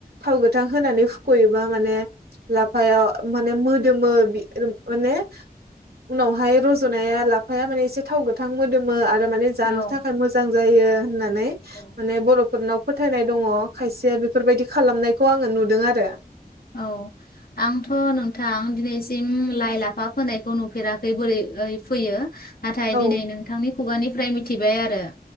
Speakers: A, on the right (about 75°); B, on the left (about 65°).
A: थाव गोथां होनानै हुखयोबा माने लाफायाव माने मोदोमो माने उनावहाय रजनाया लाफाया माने एसे थाव गोथां मोदोमो आरो माने जानो
B: औ
A: थाखाय मोजां जायो होननानै माने
B: औ
A: माने बर'फोरनाव फोथायनाय दङ खायसेया बे बेफोरबायदि खालामनायखौ आङो नुदों आरो।
B: औ आंथ' नोंथां दिनैसिम लाइ लाफा फोनायखौ नुफेराखै बोरै फोयो नाथाय
A: औ
B: दिनै नोंथांनि खुगानिफ्राय मिथिबाय आरो